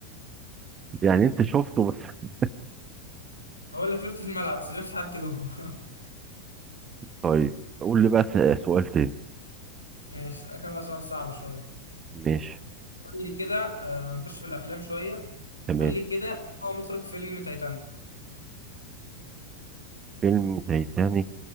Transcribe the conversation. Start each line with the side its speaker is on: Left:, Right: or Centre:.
Right: يعني انت شفته بس
Left: اقول لك شفت الملعب بس ما شفتش حد جوه
Right: طيب قول لي بقى س- سؤال تاني
Left: <laughs> ماشي كان بقى سؤال صعب شوية
Right: ماشي
Left: قول لي كده آه نخش في الافلام شوية
Right: تمام
Left: قول لي كده هو مخرج فيلم تايتانيك
Right: فيلم تايتانيك